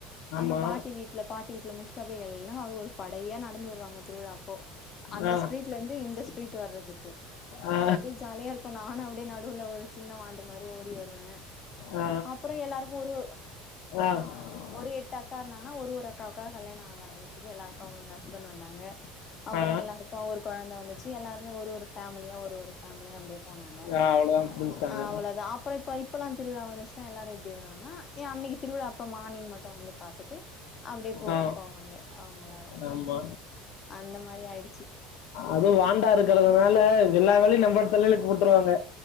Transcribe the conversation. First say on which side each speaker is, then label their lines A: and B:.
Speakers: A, on the left; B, on the left.
A: ஆமா.
B: அங்க பாட்டி வீட்ல பாட்டி வீட்ல முச்ட்டு அப்டியே எல்லா அவரு ஒரு படையா நடந்து வருவாங்க திருவிழா அப்போ அந்த
A: ஆ,
B: ஸ்ட்ரீட்லருந்து இந்த ஸ்ட்ரீட் வர்றதுக் கு
A: ஆ,
B: அப்டி ஜாலியா இருக்கு நானு அப்டி நடுவுல ஒரு சின்ன வாண்டு மாரி ஓடி வருவே
A: ஆ.
B: அப்பற எல்லாருக்கு ஒரு
A: அ
B: ஒரு எட்டு அக்கா இருந்தாங்கனா ஒரு ஒரு அக்காவுக்கா கல்யாணோ ஆக ஆரம்பிச்சிது எல்லாருக்கு அவுங்கவுங்க ஹஸ்பண் வந்தாங்க அப்ப
A: ஆ,
B: எல்லாருக்கு ஒரு கொழந்த வந்துச்சு எல்லாருமே ஒரு ஒரு ஃபேமிலியா ஒரு ஒரு ஃபேமிலியா அப்டியே போனாங்க
A: ஆ அவ்வளோதான் புரிஞ்சுட்டாங்க.
B: ஆ அவளதா அப்புறோ இப்ப இப் பெல்லா திருவிழா வந்துச்சுனா எல்லாரு எப்டி வருவாங்கனா எ அன்னைக்கி திருவிழா அப்ப மார்னிங் மட்டு வந்து பாத்துட்டு அப்டியே போ
A: ஆ,
B: போவாங்க அவுங்கெல்லாரு
A: ஆமா.
B: அந்த மாரி ஆய்டுச்சு
A: அதுவு வாண்டா இருக்கறதுனால எல்லா வேலையு நம்ப தலைல போட்ருவாங்க